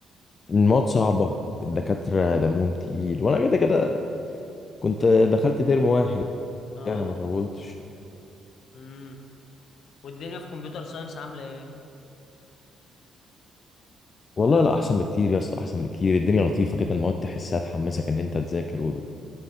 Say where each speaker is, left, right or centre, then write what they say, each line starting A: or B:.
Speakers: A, on the left; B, on the left.
A: المواد صعبة الدكاترة دمهم تقيل وأنا كده كده كنت دخلت ترم واحد
B: اه
A: يعني ما طولتش
B: امم والدنيا في كمبيوتر ساينس عاملة ايه
A: والله لا أحسن بكتير يا اسطى أحسن بكتير الدنيا لطيفة كده المواد تحسها تحمسك إن أنت تذاكر و...